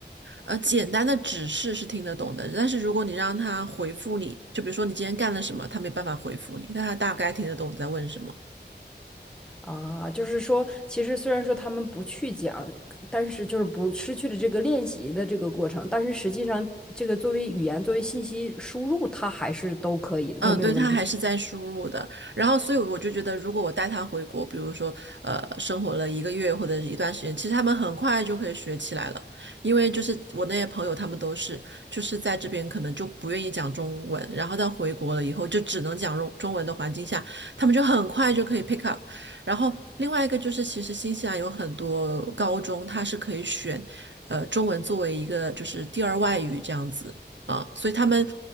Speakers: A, on the right; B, in the centre.
A: 呃，简单的指示是听得懂的，但是如果你让他回复你，就比如说你今天干了什么，他没办法回复你，但他大概听得懂你在问什么。
B: 啊，就是说，其实虽然说他们不去讲，但是就是不失去了这个练习的这个过程，但是实际上这个作为语言作为信息输入，它还是都可以的，
A: 嗯，
B: 都没有问题。
A: 对，他还是在输入的。然后，所以我就觉得，如果我带他回国，比如说，呃，生活了一个月或者是一段时间，其实他们很快就可以学起来了。因为就是我那些朋友，他们都是就是在这边可能就不愿意讲中文，然后到回国了以后就只能讲中中文的环境下，他们就很快就可以 pick up。然后另外一个就是，其实新西兰有很多高中，它是可以选，呃，中文作为一个就是第二外语这样子。啊，所以他们